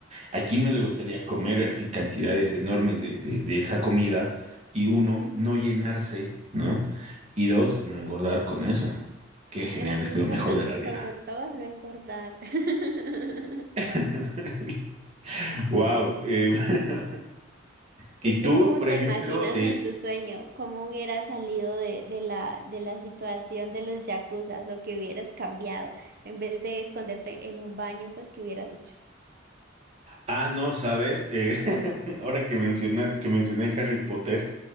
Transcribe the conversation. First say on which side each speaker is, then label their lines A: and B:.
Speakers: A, on the right; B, on the right.
A: ¿a quién no le gustaría comer así cantidades enormes de, de- de esa comida? Y uno,
B: Ujú,
A: no llenarse, ¿no? Y dos, no engordar con eso. Qué genial,
B: Eso
A: es
B: es
A: lo mejor
B: verdad,
A: de la vida.
B: sobre todo no engordar. <laughs>
A: <laughs> Wow. <laughs> Y
B: ¿Y tú
A: tú,
B: cómo
A: por
B: te
A: ejemplo,
B: imaginas
A: eh,
B: en tu sueño? ¿Cómo hubieras salido de, de la, de la situación de los yakuzas o que hubieras cambiado en vez de esconderte en un baño, pues qué hubieras hecho?
A: ah, no, sabes, Eh, <laughs> ahora que menciona, que mencioné Harry Potter.